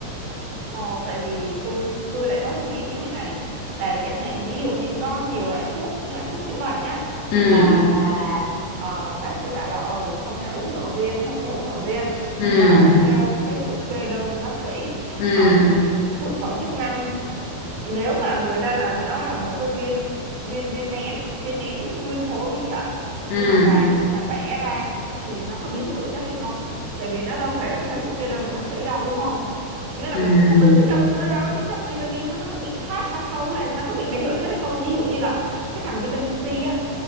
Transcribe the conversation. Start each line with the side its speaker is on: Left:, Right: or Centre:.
Right: Ồ, tại vì tôi tôi lại có suy nghĩ như thế này là chẳng hạn ví dụ như có nhiều loại thuốc như là thuốc chữa bệnh nhá
Left: ừ
Right: là bà ờ, bác sĩ bảo là ừ hôm nay uống nửa viên hôm sau uống nửa viên
Left: ừ
Right: thì đó là theo cái sự kê đơn của bác sĩ
Left: ừ
Right: còn thực phẩm chức năng nếu mà người ta là nó là một cái viên viên viên nén viên nén nguyên khối như vậy
Left: ừ
Right: nhưng mà bà tự nhiên bà bẻ ra thì nó có biến đổi chất hay không tại vì nó đâu phải là theo sự kê đơn của bác sĩ đâu đúng không nghĩa là
Left: ừ
Right: mình cũng không biết cái trong đó đó, cái chất vitamin nó nó có bị thoát ra không hay nó có bị biến đổi chất hay không ví dụ như là cái thằng vitamin C á